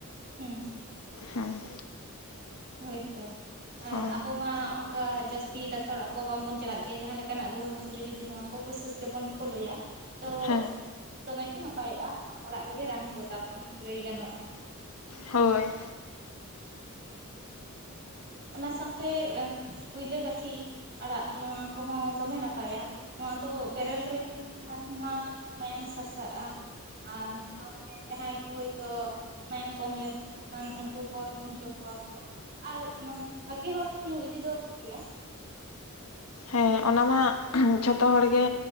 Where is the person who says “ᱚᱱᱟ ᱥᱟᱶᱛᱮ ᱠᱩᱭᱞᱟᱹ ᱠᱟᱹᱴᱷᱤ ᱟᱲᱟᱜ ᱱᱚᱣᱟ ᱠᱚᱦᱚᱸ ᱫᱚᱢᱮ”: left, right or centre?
Right